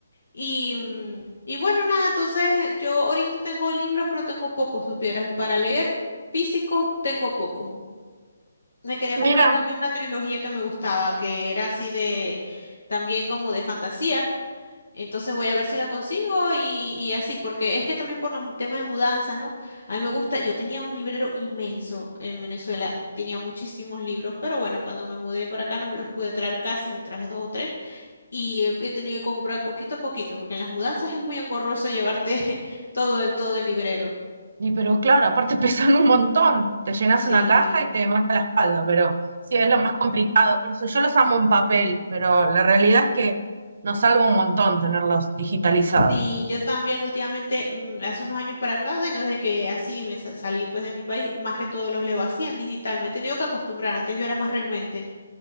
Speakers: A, on the left; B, on the right.
A: Y, mm, y bueno, nada, entonces yo ahorita tengo libros, pero tengo pocos, supieras, para leer físicos tengo pocos. Me quería
B: Mira,
A: comprar también una trilogía que me gustaba, que era así de, también como de fantasía. Entonces voy a ver si la consigo y, y así, porque es que también por los temas de mudanza, ¿no? A mí me gusta, yo tenía un librero inmenso en Venezuela, tenía muchísimos libros, pero bueno, cuando me mudé para acá no me los pude traer casi, me traje dos o tres y he, he tenido que comprar poquito a poquito, porque en las mudanzas es muy engorroso llevarte <laughs> todo el, todo el librero.
B: Y pero claro, aparte <laughs> pesan un montón. Te llenas
A: Sí.
B: una caja y te mata la espalda, pero sí es lo más complicado. Por eso yo los amo en papel, pero la realidad es que nos salva un montón tenerlos digitalizados.
A: Sí, yo también últimamente, mm, hace unos años para acá, bueno, desde que así me sa- salí pues de mi país, más que todo los leo así en digital. Me he tenido que acostumbrar, antes yo era más renuente,